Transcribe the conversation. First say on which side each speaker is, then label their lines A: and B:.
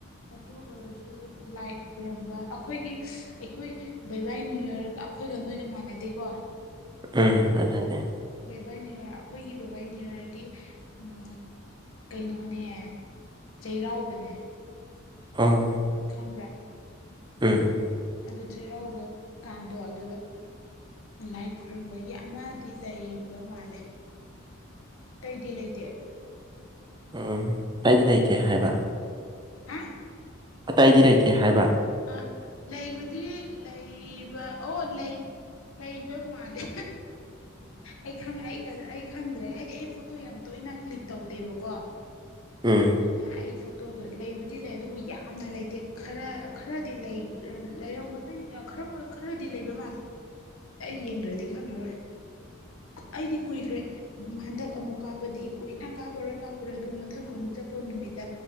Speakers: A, on the left; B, on the right.
A: ꯑꯗꯨ ꯑꯣꯏꯔꯁꯨ ꯂꯥꯏ ꯈꯨꯔꯝꯕ ꯑꯈꯣꯏꯒꯤ ꯑꯩꯈꯣꯏ ꯕꯥꯏ ꯕꯥꯏ ꯅ꯭ꯌꯨ ꯌꯔꯗ ꯑꯈꯣꯏꯒ ꯅꯣꯏꯒ ꯃꯥꯟꯅꯗꯦꯀꯣ
B: ꯎꯝ ꯑꯗꯨꯅꯦ
A: ꯕꯥꯏꯕꯥꯏ ꯅ꯭ꯌꯨꯋꯔ ꯑꯈꯣꯏꯒꯤ ꯕꯥꯏ ꯕꯥꯏ ꯅ꯭ꯌꯨꯋꯔꯗꯤ ꯑꯝ ꯀꯩꯅꯣꯅꯦ ꯆꯩꯔꯥꯎꯕꯅꯦ
B: ꯑ
A: ꯈꯪꯕ꯭ꯔꯥ
B: ꯎꯝ
A: ꯑꯗꯨ ꯆꯩꯔꯥꯎꯕ ꯀꯥꯟꯗꯣ ꯑꯗꯨꯗ ꯂꯥꯏ ꯈꯨꯔꯨꯝꯕꯒꯤ ꯑꯃꯗꯤ ꯂꯩꯕ ꯃꯥꯜꯂꯦ ꯑꯇꯩꯗꯤ ꯂꯩꯇꯦ
B: ꯎꯝ ꯑꯩꯗꯤ ꯂꯩꯇꯦ ꯍꯥꯏꯕ
A: ꯍꯥ
B: ꯑꯇꯩꯗꯤ ꯂꯩꯇꯦ ꯍꯥꯏꯕ
A: ꯑꯥ ꯂꯩꯕꯗꯤ ꯂꯩꯕ ꯑꯣ ꯂꯩ ꯂꯩꯕ ꯃꯥꯜꯂꯦ ꯑꯩ ꯈꯪ ꯑꯩ ꯑꯩ ꯈꯪꯗ꯭ꯔꯦ ꯍꯥꯏꯗꯤ ꯑꯩ ꯐꯣꯇꯣ ꯌꯥꯝ ꯇꯣꯏ ꯑꯩꯅ ꯀ꯭ꯂꯤꯛ ꯇꯧꯗꯦꯕꯀꯣ
B: ꯎꯝ
A: ꯑꯗꯨꯅ ꯑꯩ ꯐꯣꯠ ꯇꯣꯗꯣ ꯂꯩꯕꯨꯗꯤ ꯂꯩ ꯑꯗꯨꯕꯨ ꯌꯥꯝꯅ ꯂꯩꯇꯦ ꯈꯔ ꯈꯔꯗꯤ ꯂꯩ ꯑ ꯂꯩꯔꯝꯒꯗꯒꯦ ꯔꯣꯕꯣꯏ ꯈꯔꯗꯤ ꯂꯩꯕ ꯃꯥꯜꯂꯦ ꯑꯩ ꯌꯦꯡꯗ꯭ꯔꯥꯗꯤ ꯈꯪꯉꯔꯣꯏ ꯑꯩꯗꯤ ꯀꯨꯏꯈ꯭ꯔꯦ ꯍꯟꯗꯛ ꯑꯃꯨꯛ ꯀꯥꯞꯄꯗꯤ ꯀꯨꯏꯅ ꯀꯥꯞꯄꯔꯣꯏ ꯀꯥꯞꯄꯔꯣꯏ ꯑꯗꯨ ꯃꯠ ꯃꯊꯪ ꯑꯃꯨꯛ ꯆꯠꯄ ꯅꯨꯃꯤꯠꯗ